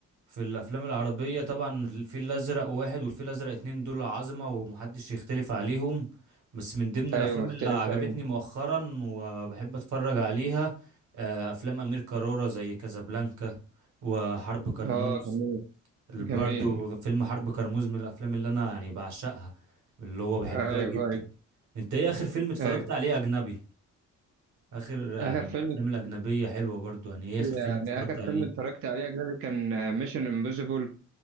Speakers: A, on the right (about 75°); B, on the right (about 45°).
A: في الافلام العربيه طبعا الفيل الازرق واحد والفيل الازرق اتنين دول عظمه ومحدش يختلف عليهم بس من ضمن الافلام
B: أيوه ما اختلفت
A: اللي عجبتني
B: عليهم
A: مؤخرا وبحب اتفرج عليها آه، افلام امير كرارة زي كازابلانكا وحرب كرموز
B: اه جميل
A: اللي
B: جميل
A: برضو فيلم حرب كرموز من الافلام اللي انا يعني بعشقها اللي هو بحبها
B: أيوه أيوه
A: جدا انت ايه اخر فيلم اتفرجت
B: أيوه
A: عليه اجنبي اخر يعني
B: آخر فيلم
A: افلام الاجنبيه حلوه برضو يعني ايه اخر فيلم
B: يعني
A: اتفرجت
B: آخر
A: عليه
B: فيلم اتفرجت عليه أجنبي كان ميشن امبوسيبل